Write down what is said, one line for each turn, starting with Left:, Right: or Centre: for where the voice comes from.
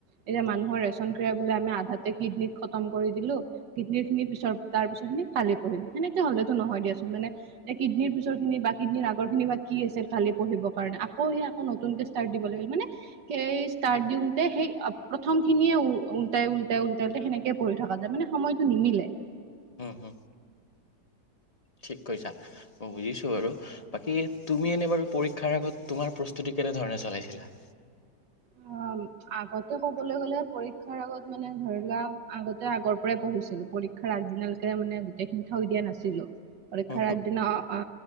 Right: এতিয়া
Left: উম,
Right: মানুহ ৰেচন- এতিয়া বোলে আমি আধাতে কিডনিত খতম কৰি দিলোঁ। কিডনীৰ খিনি পিছত তাৰ পিছত খিনি কালি কৰিম। সেনেকে হলেতো নহয় দিয়াচোন। মানে- এ, কিডনিৰ পিছৰ খিনি বা কিডনীৰ আগৰ খিনি বা কি আছিল কালি পঢ়িব কাৰণে আকৌ সেই আকৌ নতুনকে- ষ্টাৰ্ট দিবলৈ লাগিল। মানে- ষ্টাৰ্ট দিওঁতে সেই প্ৰথম খিনিয়ে উ উল্টাই উল্টাই উল্টাই উল্ট সেনেকে- কৰি থকা যায়, মানে সময়টো নিমিলে।
Left: হম, হুম। ঠিক কৈছা, মই বুজিছোঁ বাৰু। বাকী তুমি এনে বাৰু পৰীক্ষাৰ আগত তোমাৰ প্ৰস্তুতি কেনেধৰণে চলাইছিলা?
Right: <unintelligible> আগতে ক'বলৈ গ'লে পৰীক্ষাৰ আগত মানে ধৰি লোৱা আগতে আগৰ পৰাই পঢ়িছিলো পৰি ক্ষাৰ আগদিনালৈকে মানে গোটেই খিনি থৈ দিয়া নাছিলো। পৰীক্ষাৰ
Left: উম
Right: আগদিনা অ